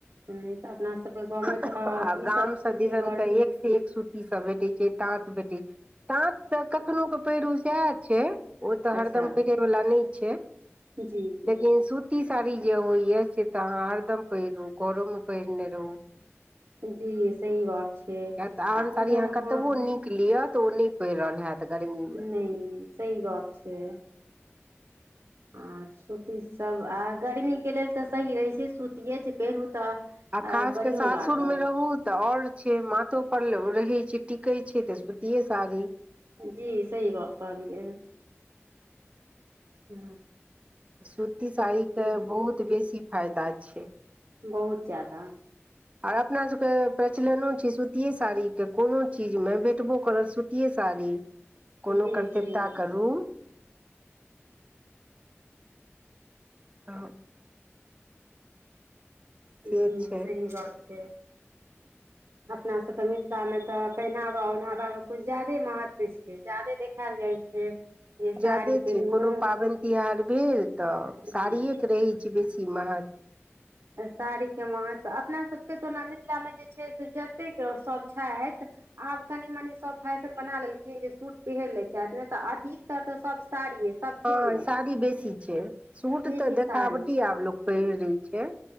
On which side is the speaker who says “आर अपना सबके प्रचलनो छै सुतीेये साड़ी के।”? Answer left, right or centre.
Right